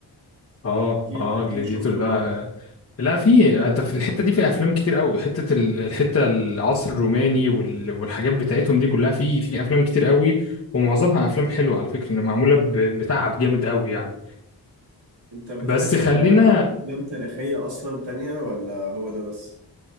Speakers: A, on the left; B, on the right.
A: اه
B: اكيد
A: اه
B: اكيد
A: جلاديتور
B: شفته
A: ده
B: برضه
A: لا في انت في الحته دي في افلام كتير قوي حته ال- الحته العصر الروماني وال- والحاجات بتاعتهم دي كلها في في افلام كتير قوي ومعظمها افلام حلوه على فكره ان معموله ب- بتعب جامد قوي يعني
B: انت بتحب
A: بس خلينا
B: افلام تاريخية اصلا تانية ولا هو ده بس